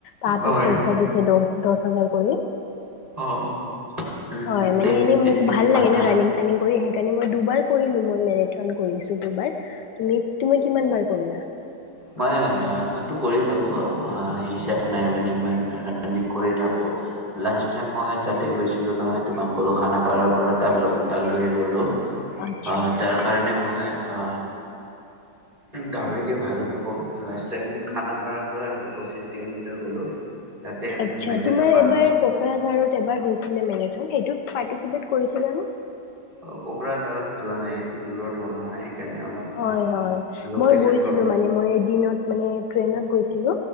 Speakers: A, on the left (about 75°); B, on the right (about 20°).
A: তাতো
B: হয়
A: পইচা দিছে দহ দহ হাজাৰ কৰে
B: অ অ উম
A: হয় মানে
B: তে
A: এনেই
B: তেনেকুৱাত
A: মোক ভাল লাগে
B: মাতা
A: ন ৰাণিং
B: না
A: চানিং কৰি সেইকাৰণে মই দুবাৰ কৰিলো মই মেৰেথন কৰিছো দুবাৰ তুমি তুমি কিমান বাৰ কৰিলা
B: মই মইতো কৰি থাকো হিচাপ নাই মানে মই ৰানিং কৰি থাকো লাষ্ট টাইম মই তাতে গৈছিলো নহয় তোমাক কলো খানাপাৰাৰ পৰা তাৰ লৈকে তাৰ লৈকে গলো অ
A: আচ্ছা
B: তাৰ কাৰণে মই অ গাহৰিকে ভাল লাষ্ট টাইম খানাপাৰৰ পৰা হয়টো পঁচিশ কিলোমিটাৰ গলো তাতে
A: আচ্ছা
B: মেডেলো
A: তোমাৰ
B: পালোঁ
A: এবাৰ
B: অ
A: কোকৰাঝাৰত এবাৰ হৈছিলে মেৰেথন সেইটোত পাৰ্টিচিপেট কৰিছিলা নে
B: অ কোকৰাঝাৰত যোৱা নাই এইটো দূৰত হ'ল নহয় সেইকাৰণে অলপ
A: হয়
B: আহ
A: হয়
B: লোকেশ্যন
A: মই গৈছিলো
B: প্ৰব্লেম
A: মানে মই এদিনত মানে ট্ৰেইনত গৈছিলো